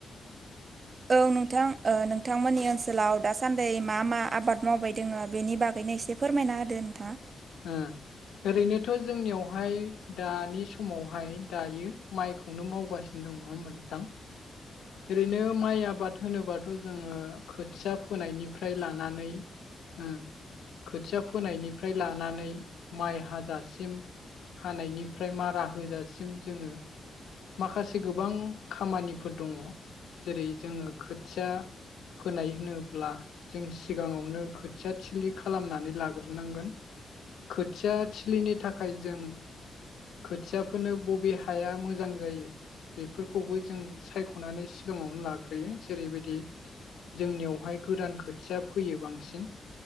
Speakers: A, on the right (about 35°); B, on the left (about 85°).
A: औ नोंथां ओ नोंथांमोननि ओनसोलाव दासान्दै मा मा आबाद मावबाय दोङो बेनि बागैनो एसे फोरमायना होदो नोंथां
B: ओ ओरैनोथ' जोंनियावहाय दानि समावहाय दायो माइखौनो मावगासि दं नङा होमबा नोंथां ओरैनो माइ आबाद होनोबा थ' जोङो खोथिया फोनायनिफ्राय लानानै ओ खोथिया फोनायनिफ्राय लानानै माइ हाजासिम हानायनिफ्राय मारा होजासिम जोङो माखासे गोबां खामानिफोर दङ जेरै जोङो खोथिया फोनाय होनोब्ला जों सिगाङावनो खोथिया थलि खालामनानै लाग्रोनांगोन खोथिया थि फ्लिनि थाखाय जों खोथियाफोरनो बबे हाया मोजां जायो बेफोरखौबो जों सायख' ह'नानै सिगाङावनो लाग्रोयो जेरैबायदि जोंनियावहाय गोरान खोथिया फोयो बांसिन